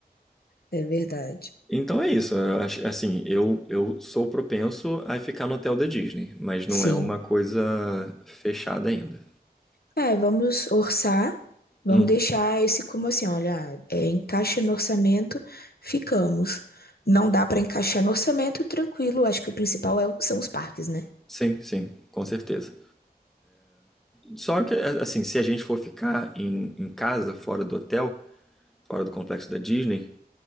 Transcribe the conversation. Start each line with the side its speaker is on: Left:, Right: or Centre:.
Left: É verdade.
Centre: Então é isso. eu acho- Assim, eu, eu sou propenso a ficar no hotel da Disney, mas não
Left: Sim.
Centre: é uma coisa fechada ainda.
Left: É, vamos orçar, vamos
Centre: Hum,
Left: deixar esse como assim, olha, é, encaixa no orçamento, ficamos. Não dá para encaixar no orçamento, tranquilo. Acho que o principal é- são os parques, né?
Centre: sim, sim, com certeza. Só que, a- assim, se a gente for ficar em, em casa, fora do hotel, fora do complexo da Disney,